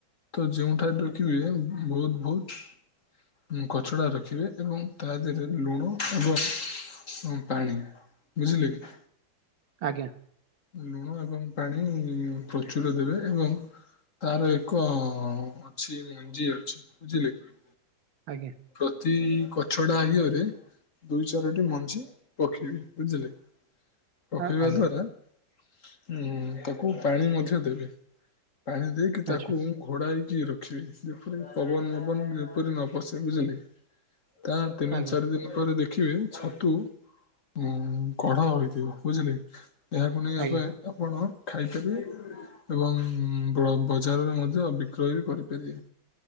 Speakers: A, on the left; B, on the right.
A: ତ ଯୋଉଠାରେ ରଖିବେ ବହୁତ ବହୁତ କଚଡ଼ା ରଖିବେ ଏବଂ ତା ଦେହରେ ଲୁଣ ଏବଂ ହଁ ପାଣି ବୁଝିଲୁ କି?
B: ଆଜ୍ଞା।
A: ଲୁଣ ଏବଂ ପାଣି ପ୍ରଚୁର ଦେବେ ଏବଂ ତାର ଏକ ଅଛି ମଞ୍ଜି ଅଛି ବୁଝିଲେ କି?
B: ଆଜ୍ଞା।
A: ପ୍ରତି ଗଛଟା ହିଅରେ ଦୁଇ ଚାରୋଟି ମଞ୍ଜି ପକେଇବେ ବୁଝିଲେ ପକେଇବା
B: ଆ- ଆଜ୍ଞା
A: ଦ୍ଵାରା ହୁଁ ତାକୁ ପାଣି ମଧ୍ୟ ଦେବେ ପାଣି ଦେଇକି ତାକୁ
B: ଆଚ୍ଛା
A: ଘୋଡ଼ାଇକି ରଖିଲି ଯେପରି ପବନ ପବନ ଯେପରି ନ ବସେ ବୁଝିଲେ ତା ତିନି
B: ଆଜ୍ଞା
A: ଚାରଦିନ। ତାପରେ ଦେଖିବେ, ଛତୁ ଉ କଢ ହୋଇଥିବ ବୁଝିଲେ? ଫୁଣି ଏବେ
B: ଆଜ୍ଞା
A: ଆପଣ ଖାଇଛନ୍ତି? ଏବଂ ବ୍ର ବଜାରରେ ମଧ୍ୟ ବିକ୍ରୟ ବି କରିପାରିବେ।